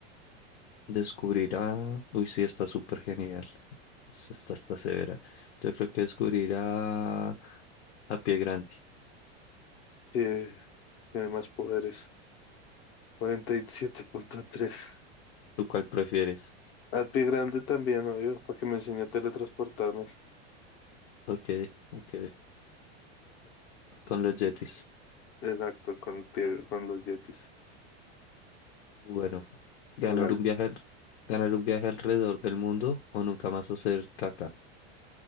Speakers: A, on the left; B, on the left.
A: descubrirá, uy, sí, está súper genial. Es- Esta está, está severa. Yo creo que descubrirá a a Pie Grande.
B: Eh, tiene más poderes. cuarenta y siete punto tres
A: ¿Tú cuál prefieres?
B: Al Pie Grande también, obvio, para que me enseñe a teletransportarme.
A: Ok, ok, con los Yetis.
B: Exacto, con el pie, con los yetis.
A: Bueno, ganar
B: hágale
A: un viaje, al- ganar un viaje alrededor del mundo o nunca más hacer caca. <laughs>